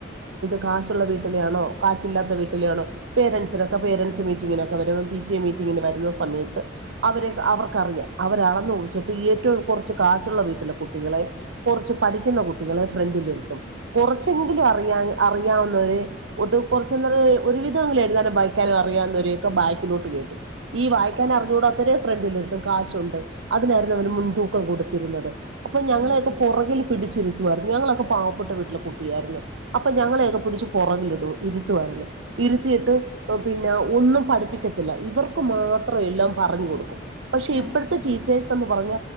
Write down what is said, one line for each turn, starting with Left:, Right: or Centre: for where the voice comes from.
Right: കാശുള്ള വീട്ടിലാണോ കാശില്ലാത്ത വീട്ടിലാണോ പേരൻസിനൊക്കെ പേരൻസ് മീറ്റിങ്ങിനൊക്കെ വരുമ്പോ പി ടി എ മീറ്റിങ്ങിന് വരുന്ന സമയത്ത് അവരെ അവർക്കറിയാം. അവരളന്നു കുറിച്ചിട്ട് ഏറ്റവും കുറച്ച് കാശുള്ള വീട്ടിലെ കുട്ടികളെ കുറച്ച്
Left: ഉം
Right: പഠിക്കുന്ന കുട്ടികളെ ഫ്രണ്ടിലിരുത്തും.
Left: ഉം
Right: കുറച്ച്
Left: ഉം
Right: എങ്കിലും അറിയാൻ അറി അറിയാവുന്നവരെ കുറച്ച നേര ഒരു വിധം എഴുതാനും വായിക്കാനും അറിയാവുന്നവരെ ഒക്കെ ബാക്കിലോട്ട് കേറ്റും ഈ വായിക്കാൻ
Left: അതല്ലേ
Right: അറിഞ്ഞുടാത്തൊരെ ഫ്രണ്ടിൽ ഇരുത്തും കാശുണ്ട് അതിനായിരുന്നു അവന്
Left: ഉം
Right: മുൻതൂക്കം കൊടുത്തിരുന്നത് അപ്പൊ
Left: ഉം
Right: ഞങ്ങളെയൊക്കെ പുറകിൽ പിടിച്ചി ഇതു ഞങ്ങളൊക്കെ പാവപ്പെട്ട വീട്ടിലെ കു ട്ടിയായിരുന്നു അപ്പൊ ഞങ്ങളേയൊക്കെ പിടിച്ച് പുറകിലിടു രുത്തുമായിരുന്നു ഇരുത്തിയിട്ട് പിന്നെ ഒന്നും പഠിപ്പിക്കത്തില്ല ഇവർക്ക് മാത്രമെല്ലാം പറഞ്ഞു കൊടുക്കും പക്ഷെ
Left: ഉം
Right: ഇപ്പോഴത്തെ
Left: ഉം
Right: ടീച്ചേഴ്സ് എന്ന് പറഞ്ഞ